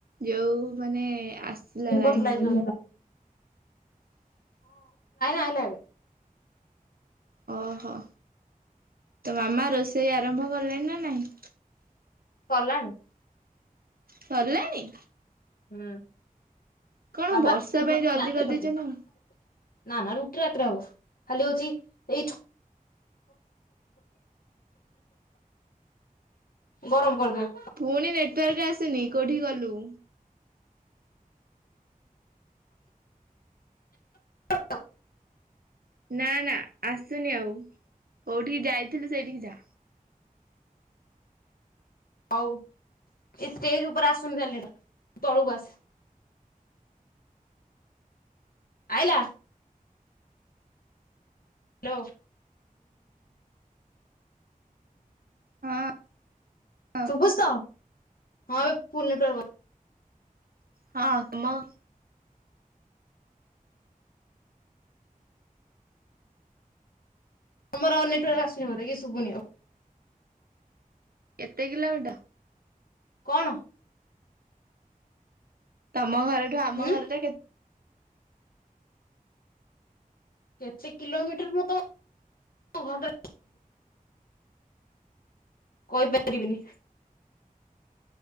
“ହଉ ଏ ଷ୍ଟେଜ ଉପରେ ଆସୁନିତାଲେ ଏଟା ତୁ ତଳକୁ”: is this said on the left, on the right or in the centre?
Left